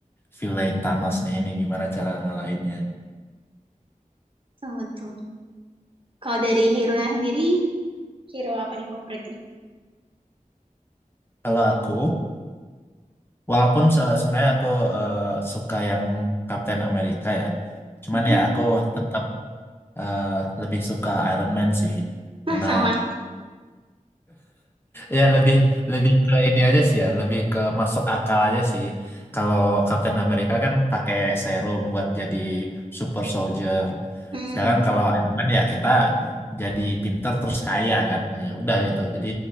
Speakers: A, on the left (about 15°); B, on the right (about 40°).
A: villain Thanosnya ini, gimana cara ngalahinnya.
B: Betul, betul. Kalau dari hero-nya sendiri, hero apa nih favoritnya?
A: Kalau aku, walaupun se- sebenarnya aku eh, suka yang Captain America ya, cuman
B: <laughs>
A: ya aku tetap eh, lebih suka Iron Man sih,
B: Nah,
A: karena
B: sama.
A: Ya lebih lebih ke ini aja sih ya, lebih ke masuk akal aja sih. Kalau Captain America kan pakai serum buat jadi super soldier.
B: Hmm,
A: Sedangkan kalau Iron Man ya kita jadi pinter terus kaya kan. Ya udah gitu. Jadi